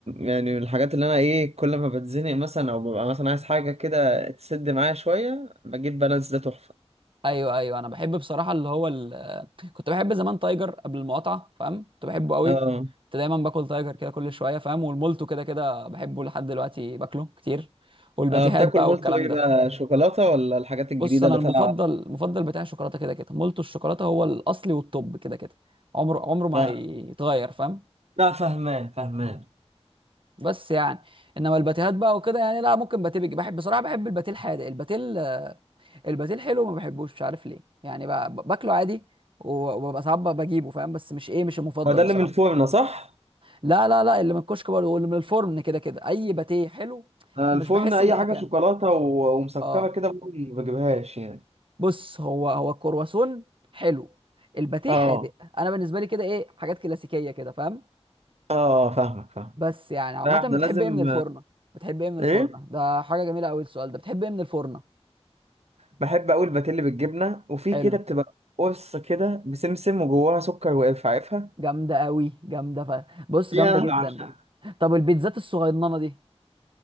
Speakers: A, on the right; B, on the right.
A: يعني من الحاجات اللي انا ايه كل ما بتزنق مثلا او ببقى مثلا عايز حاجه كده تسد معايا شويه بجيب بالانس ده تحفه
B: ايوه ايوه انا بحب بصراحه اللي هو ال... كنت بحب زمان تايجر قبل المقاطعه فاهم كنت بحبه قوي
A: اه
B: كنت دايما باكل تايجر كده كل شويه فاهم والمولتو كده كده بحبه لحد دلوقتي باكله كتير والباتيهات
A: اه بتاكل
B: بقى
A: مولتو
B: والكلام
A: ايه
B: ده
A: بقى شوكولاته ولا الحاجات الجديده
B: بص انا
A: اللي
B: المفضل
A: طالعه
B: المفضل بتاعي شوكولاته كده كده مولتو الشوكولاته هو الاصلي والتوب كده كده عمره عمره ما
A: لا
B: هيتغير فاهم
A: لا فهمان فهمان
B: بس يعني انما الباتيهات بقى وكده يعني لا ممكن باتيه بيجي بحب بصراحه بحب الباتيه الحادق الباتيه ال- الباتيه الحلو ما بحبوش مش عارف ليه يعني ب- ب- باكله عادي و- وببقى ساعات ب- بجيبه فاهم بس مش ايه مش المفضل
A: هو ده
B: بصراحه
A: اللي من الفرن صح
B: لا لا لا اللي من الكشك برضه واللي من الفرن كده كده اي باتيه حلو
A: آه،
B: مش
A: الفرن
B: بحس
A: اي
B: ان ده مكانه
A: حاجه شوكولاته و- ومسكره
B: اه
A: كده برضه ما بجيبهاش يعني
B: بص هو هو الكرواسون حلو الباتيه
A: اه
B: حادق انا بالنسبه لي كده ايه حاجات كلاسيكيه كده فاهم
A: اه فاهمك فاهم
B: بس يعني عامه
A: لا احنا
B: بتحب
A: لازم
B: ايه من الفرنه بتحب ايه من الفرنه
A: ايه
B: ده حاجه جميله قوي السؤال ده بتحب ايه من الفرنه
A: بحب اقول باتيلي بالجبنه وفي
B: حلو
A: كده بتبقى قرص كده بسمسم وجواها سكر وقرفه عارفها
B: جامده قوي جامده ف... بص
A: دي
B: جامده
A: انا
B: جدا
A: بعشقها
B: طب البيتزات الصغننه دي